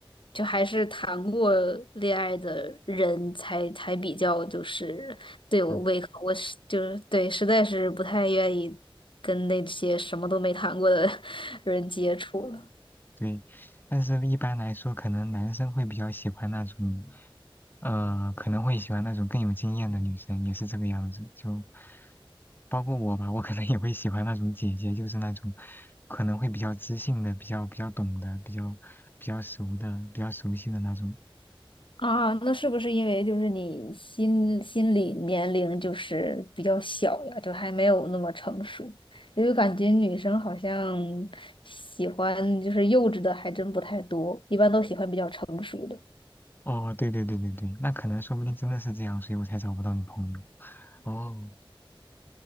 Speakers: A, on the left; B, on the left.
A: 就还是谈过恋爱的人才才比较就是对我胃口，
B: 嗯，
A: 我是就是对，实在是不太愿意跟那些什么都没谈过的 <laughs> 人接触了。
B: 对。但是一般来说，可能男生会比较喜欢那种，呃，可能会喜欢那种更有经验的女生，也是这个样子。就包括我吧，我可能也会喜欢那种姐姐，就是那种可能会比较知性的、比较比较懂的、比较比较熟的、比较熟悉的那种。
A: 啊，那是不是因为就是你心心理年龄就是比较小呀，就还没有那么成熟？因为感觉女生好像喜欢就是幼稚的还真不太多，一般都喜欢比较成熟的。
B: 哦，对对对对对，那可能说不定真的是这样，所以我才找不到女朋友。哦，